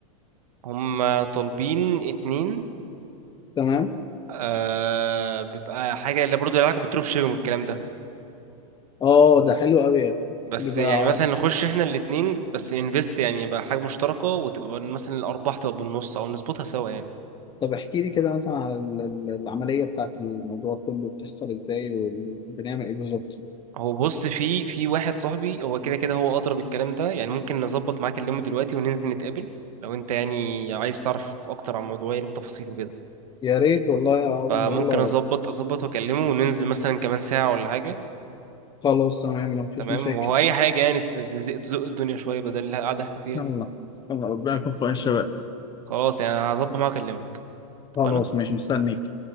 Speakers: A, on the right; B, on the left.
A: هم طالبين اتنين
B: تمام
A: آه بيبقى حاجة اللي برضه لها علاقة بالدروب شيبينج والكلام ده
B: اه ده حلو قوي يعني.
A: بس
B: بيبقى
A: يعني مثلا نخش احنا الاتنين بس انفست يعني يبقى حاجة مشتركة وتبقى مثلا الأرباح تبقى بالنص أو نظبطها سوا يعني
B: طب احكي لي كده مثلا على ال- ال- العملية بتاعت الموضوع كله بتحصل ازاي وبنعمل ايه بالظبط
A: هو بص في في واحد صاحبي هو كده كده هو أضرب الكلام ده يعني ممكن نظبط معاك اليوم دلوقتي وننزل نتقابل لو انت يعني عايز تعرف أكتر عن الموضوع يعني بتفاصيله كده
B: يا ريت والله يا عمر
A: فممكن
B: يلا
A: اظبط اظبط واكلمه وننزل مثلا كمان ساعة ولا حاجة
B: خلاص تمام مفيش
A: تمام
B: مشاكل
A: وهو اي حاجة يعني تزق تزق الدنيا شوية بدل القعدة اللي احنا فيها
B: يلا
A: دي
B: يلا ربنا يكون في عون الشباب
A: خلاص يعني هظبط معاه واكلمك اتفقنا
B: خلاص ماشي مستنيك